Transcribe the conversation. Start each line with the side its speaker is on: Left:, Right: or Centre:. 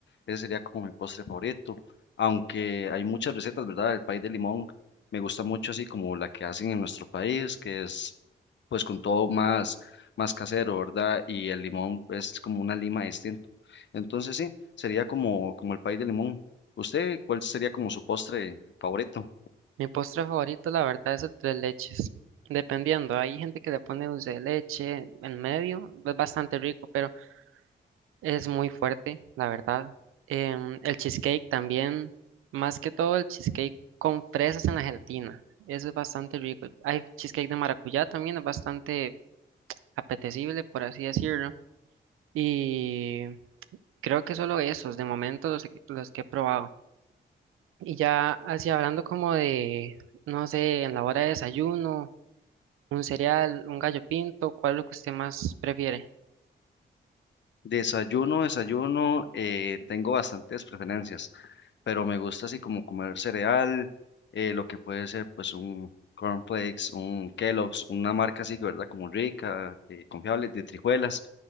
Left: ese sería como mi postre favorito. Aunque hay muchas recetas, ¿verdad? El pay de limón me gusta mucho así como la que hacen en nuestro país, que es pues con todo más, más casero, ¿verdad? Y el limón es como una lima distinto. Entonces, sí, sería como, como el pay de limón. ¿Usted cuál sería como su postre favorito?
Right: Mi postre favorito, la verdad, es el tres leches. Dependiendo, hay gente que le pone dulce de leche en medio, es bastante rico, pero Es muy fuerte, la verdad. Em, el cheesecake también, más que todo el cheesecake con fresas en la gelatina. Eso es bastante rico. Hay cheesecake de maracuyá también, es bastante apetecible, por así decirlo. Y creo que solo esos, de momento, los, que- los que he probado. Y ya así hablando como de, no sé, en la hora de desayuno, un cereal, un gallo pinto, ¿cuál es lo que usted más prefiere?
Left: Desayuno, desayuno, eh, tengo bastantes preferencias, pero me gusta así como comer cereal, eh, lo que puede ser pues un cornflakes, un Kellogg's, una marca así, ¿verdad? Como rica, eh, confiable, de trijuelas,